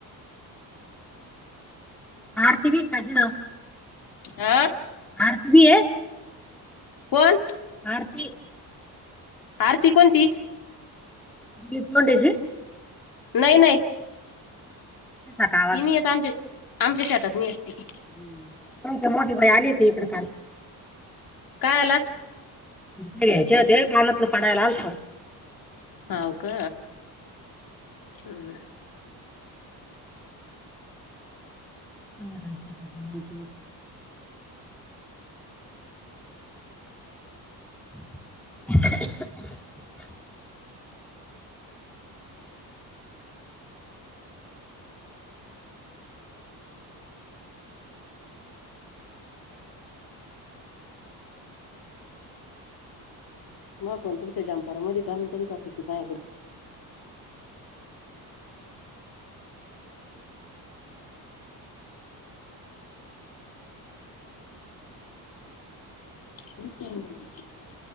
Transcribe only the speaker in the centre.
आरती ब काज
आरती भी आहे
आरती
बथोंडेचीी
सका
तुमची ती मोठी ताई आली होती इकडं कॉल
घ्यायच्या होते कानातलं पडायला आलेत
<unintelligible> <unintelligible>